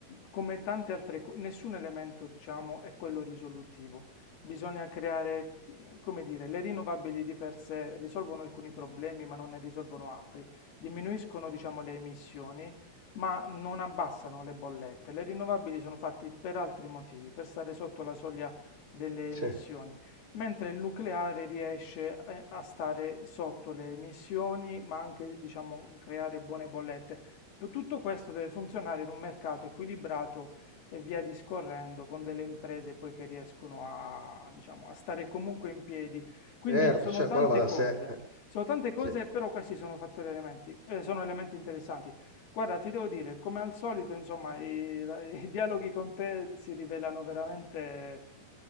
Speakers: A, on the left; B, on the right.
A: come tante altre cose, nessun elemento, diciamo, è quello risolutivo. Bisogna creare, come dire, le rinnovabili di per sé risolvono alcuni problemi, ma non ne risolvono altri. Diminuiscono, diciamo, le emissioni ma non abbassano le bollette. Le rinnovabili sono fatte per altri motivi, per stare sotto la soglia delle
B: Sì,
A: emissioni, mentre il nucleare riesce eh, a stare sotto le emissioni, ma anche, diciamo, creare buone bollette. Tutto questo deve funzionare in un mercato equilibrato e via discorrendo con delle imprese poi che riescono a, diciamo, a stare comunque in piedi. Quindi
B: certo,
A: sono
B: cioè
A: tante
B: qua va da
A: cose,
B: sé. eh,
A: sono tante cose,
B: sì.
A: però questi sono fattori elementi, eh, sono elementi interessanti. Guarda, ti devo dire, come al solito, insomma, i, la- i <laughs> dialoghi con te si rivelano veramente